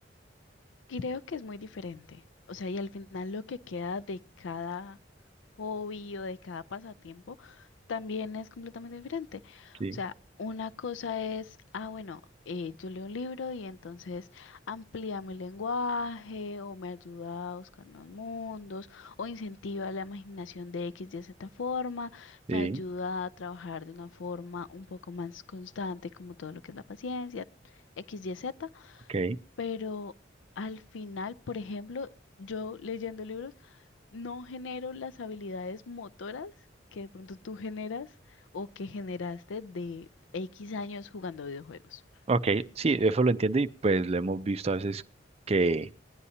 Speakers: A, on the left; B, on the right.
A: Creo que es muy diferente. O sea, y al final lo que queda de cada hobby o de cada pasatiempo también es completamente diferente.
B: Sí,
A: O sea, una cosa es, ah, bueno, eh, yo leo un libro y entonces amplía mi lenguaje o me ayuda a buscar nuevos mundos o incentiva la imaginación de X, Y, Z forma,
B: sí,
A: me ayuda a trabajar de una forma un poco más constante como todo lo que es la paciencia, X, Y, Z
B: ok,
A: pero al final, por ejemplo, yo leyendo libros no genero las habilidades motoras que de pronto tú generas o que generaste de X años jugando videojuegos.
B: ok, sí, eso lo entiendo y pues lo hemos visto a veces que